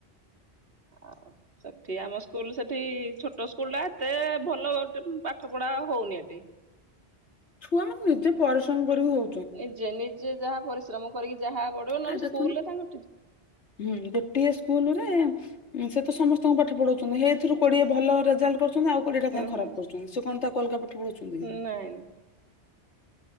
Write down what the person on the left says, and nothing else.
ଛୁଆମାନେ ନିଜେ ପରିଶ୍ରମ କରିକ ହଉ
ଆଉ ଦେଖୁନୁ।
ହୁଁ ଗୋଟିଏ ସ୍କୁଲ ରେ ଉଁ ସେ ତ ସମସ୍ତଙ୍କୁ ପାଠ ପଢାଉଛନ୍ତି ହେଇଥିରୁ କୋଡିଏ ଭଲ ରେଜଲ୍ଟ କର ଛନ୍ତି ଆଉ କୋଡ଼ିଏ ଟା କାଇଁ
ଖରାପ କରୁଛନ୍ତି ସେ କଣ ତାକୁ ଅଲଗା ପାଠ ପଢଉଛନ୍ତି କି?